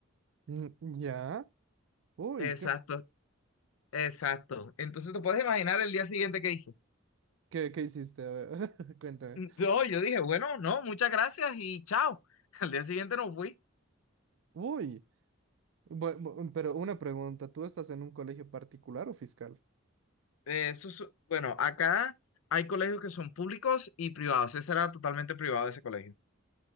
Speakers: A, on the right; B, on the left.
A: Mm, ¿Ya? Uy,
B: Exacto,
A: ¿qué,
B: exacto. Entonces te puedes imaginar el día siguiente que hice.
A: qué, qué hiciste? A ver, <laughs> Cuéntame.
B: No, yo dije, bueno, no, muchas gracias y chao. <laughs> Al día siguiente no fui.
A: Uy, bu- bu- pero una pregunta, ¿tú estás en un colegio particular o fiscal?
B: Eh, eso es- bueno, acá hay colegios que son públicos y privados. Ese era totalmente privado ese colegio.